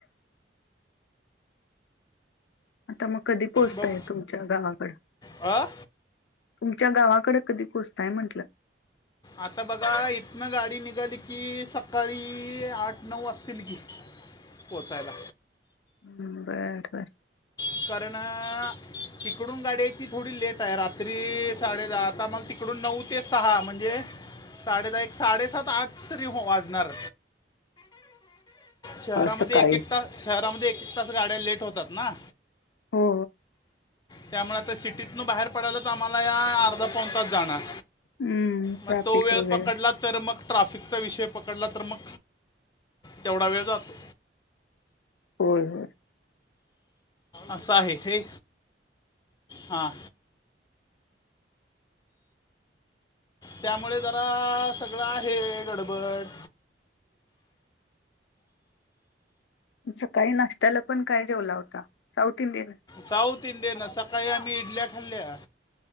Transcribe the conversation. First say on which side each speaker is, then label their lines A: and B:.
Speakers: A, on the left; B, on the left.
A: आता मग कधी पोहोचताय
B: बघ
A: तुमच्या गावाकड
B: अ?
A: तुमच्या गावाकडे कधी पोचताय म्हटलं
B: आता बघा इथनं गाडी निघाली की सकाळी आठ नऊ वाजतील की पोहोचायला
A: हम् बर बर
B: कारण तिकडून गाड्याची थोडी लेट आहे रात्री साडे दहा आता मग तिकडून नऊ ते सहा म्हणजे साडे दहा एक साडेसात आठ तरी हो वाजणार शहरामध्ये
A: अ, सकाळी
B: एक एक तास शहरामध्ये एक एक तास गाड्या लेट होतात ना
A: हो
B: त्यामुळे आता सिटीतून बाहेर पडायलाच आम्हाला या अर्धा पाऊन तास जाणार
A: हम्म
B: मग
A: ट्राफिक
B: तो वेळ
A: वगैरे
B: पकडला तर मग ट्राफिकचा विषय पकडला तर मग तेवढा वेळ जातो
A: होय होय
B: असं आहे हे हा त्यामुळे जरा सगळं आहे गडबड
A: सकाळी नाशत्याला पण काय जेवला होता साऊथ इंडियन
B: साऊथ इंडियन सकाळी आम्ही इडल्या खाल्ल्या